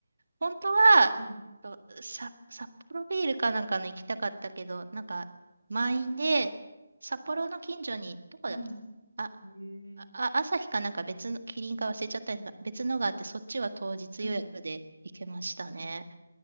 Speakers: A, on the right; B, on the left.
A: 本当は、
B: はい。
A: とさ、札幌ビールかなんかの行きたかったけど、なんか、満員で、札幌の近所に、どこだっけあ、
B: はい。え
A: あ、
B: え。
A: あ朝日かなんか別の、キリンか忘れちゃったんですが、別のがあって、そっちは当日予約で行けましたね。
B: はい。